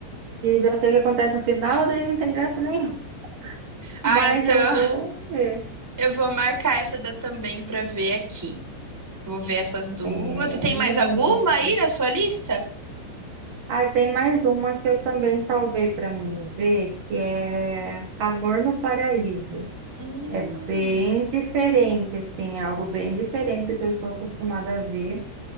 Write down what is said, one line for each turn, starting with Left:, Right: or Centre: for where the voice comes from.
Right: E já sei o que acontece no final, daí não tem graça nenhuma.
Centre: Ah,
Right: Mas
Centre: então.
Right: eu vou ver.
Centre: Eu vou marcar essa da também pra ver aqui. Vou ver essas duas.
Right: É,
Centre: E tem mais
Right: menino.
Centre: alguma aí na sua lista?
Right: Ah, tem mais uma que eu também salvei para mim ver, que é Amor no Paraíso.
Centre: Hum,
Right: É bem diferente, assim, é algo bem diferente do que eu estou acostumada a ver,